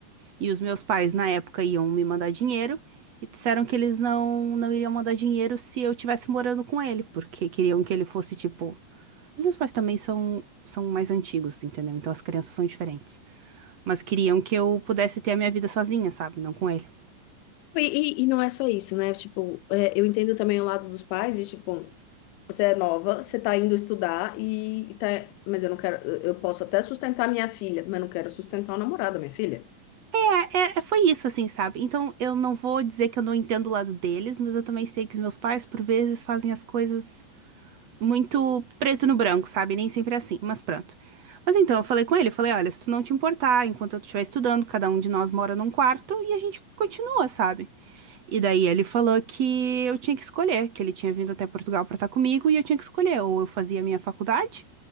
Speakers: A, on the right; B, on the left.
A: E os meus pais, na época, iam me mandar dinheiro e disseram que eles não, não iriam mandar dinheiro se eu estivesse morando com ele, porque queriam que ele fosse tipo. Os meus pais também são, são mais antigos, entendeu? Então as crianças são diferentes. Mas queriam que eu pudesse ter a minha vida sozinha, sabe? Não com ele.
B: E, e, e não é só isso, né? Tipo, é, eu entendo também o lado dos pais, e tipo. Você é nova, você tá indo estudar e tá. Mas eu não quero. Eu eu posso até sustentar minha filha, mas não quero sustentar o namorado da minha filha.
A: É, é, é, foi isso, assim, sabe? Então eu não vou dizer que eu não entendo o lado deles, mas eu também sei que os meus pais, por vezes, fazem as coisas muito preto no branco, sabe? Nem sempre é assim, mas pronto. Mas então eu falei com ele, eu falei, olha, se tu não te importar, enquanto eu estiver estudando, cada um de nós mora num quarto e a gente continua, sabe? E daí ele falou que eu tinha que escolher, que ele tinha vindo até Portugal pra estar comigo e eu tinha que escolher, ou eu fazia a minha faculdade,